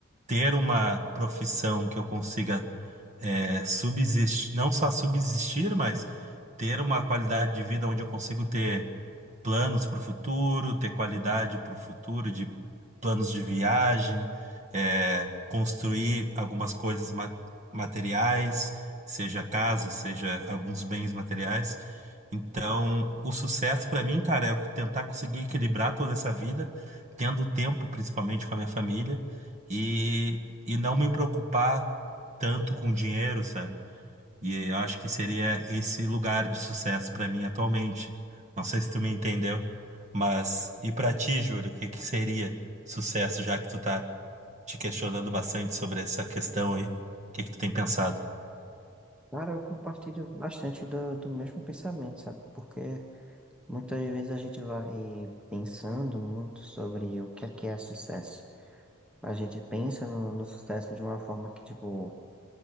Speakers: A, on the right; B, in the centre.
A: ter uma profissão que eu consiga é, subsistir, não só subsistir, mas ter uma qualidade de vida onde eu consigo ter planos para o futuro, ter qualidade para o futuro, de planos de viagem, eh, construir algumas coisas ma- materiais, seja casa, seja alguns bens materiais. Então, o sucesso para mim, cara, é tentar conseguir equilibrar toda essa vida, tendo tempo, principalmente com a minha família, e, e não me preocupar tanto com dinheiro, sabe? E eu acho que seria esse lugar de sucesso para mim atualmente. Não sei se tu me entendeu, mas e para ti, Júlio, o que que seria sucesso, já que tu tá te questionando bastante sobre essa questão aí? O que que tu tem pensado?
B: Cara, eu compartilho bastante do, do mesmo pensamento, sabe? Porque muitas vezes a gente vai pensando muito sobre o que é que é sucesso. A gente pensa no, no sucesso de uma forma que, tipo,